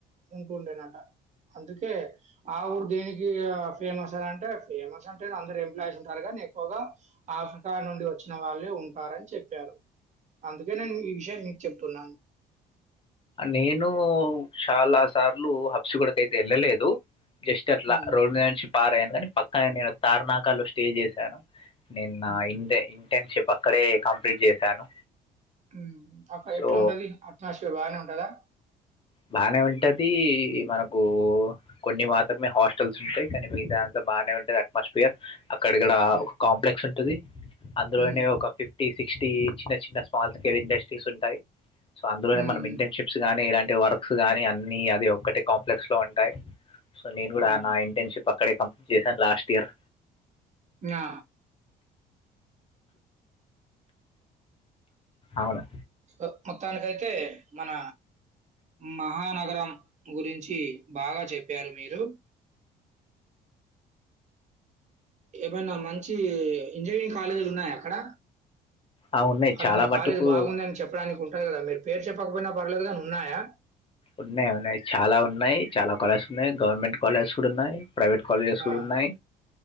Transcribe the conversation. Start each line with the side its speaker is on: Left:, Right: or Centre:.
Right: ఉంటుండేనట అందుకే ఆ ఊరు దేనికి ఫేమస్ అ అంటే ఫేమస్ అంటే అందరు ఎంప్లాయీస్ ఉంటారు కానీ ఎక్కువగా ఆఫ్రికా నుండి వచ్చిన వాళ్ళే ఉంటారుని చెప్ప చెప్పారు అందుకే నేను ఈ విషయం మీకు చెప్తున్నాను
Left: నేను చాలా సార్లు హబ్సీ గూడ కయితే వెళ్ళలేదు జస్ట్ అట్లా
Right: ఉమ్
Left: రోడ్ మీద పారయను కానీ పక్కనే నేను తార్నాకాలు స్టే చేశాను నిన్న
Right: ఉమ్
Left: ఇంతే ఇంటర్న్షిప్ అక్కడే కంప్లీట్ చేశాను
Right: ఉమ్ అక్కడ
Left: సో
Right: ఎట్లా ఉంటది అట్మాస్ఫియర్ బాగానే ఉంటదా
Left: బానే ఉంటది మనకు కొన్ని మాత్రమే హాస్టల్స్ ఉంటాయి కానీ మిగతాదంతా బాగానే ఉంటది అట్మాస్ఫియర్ అక్కడక్కడ
Right: ఉమ్
Left: ఒక కాంప్లెక్స్ ఉంట అందులోనే
Right: ఉమ్
Left: ఒక ఫ ఫిఫ్టీ సిక్స్టీ చిన్న చిన్న స్మాల్ స్కేల్ ఇండస్ట్రీస్ ఉంటాయి సో అందులోనే
Right: ఉమ్
Left: మనం
Right: ఉమ్
Left: ఇంటర్న్షిప్స్ గానీ ఇలాంటి <unintelligible> బుక్స్ గాని అన్నిీ అది ఒక్కటి కాంప్లెక్స్ లో ఉంటాయి సో నేను కూడా
Right: ఉమ్
Left: నా ఇంటర్న్షిప్ అ అక్కడే కంప్లీట్ చేశాను లాస్ట్ ఇయర్
Right: ఆ
Left: అవునా
Right: సో మొత్తానికై తే మన మహానగరం గురించి బాగా చెప్పారు మీరు ఏమైనా మంచి ఇంజనీరింగ్ కాలేజీలు ఉన్నాయా అక్కడ
Left: ఆ, ఉన్నాయి
Right: ఫలానా
Left: చాలా మటుకు
Right: కాలేజ్ బాగుంది అని చెప్పడానికి ఉంటారు కదా మీరు పేరు చెప్పకపోయినా పర్లేదు కాని ఉన్నాయా
Left: ఉన్నాయి ఉన్నాయి చాలా ఉన్నాయి చాలా కాలేజెస్ ఉన్నాయి. గవర్నమెంట్ కాలేజ్స్ కూడా ఉన్నాయి. ప్రైవేట్ కాలేజెస్ కూడా
Right: ఆ!
Left: ఉన్నాయి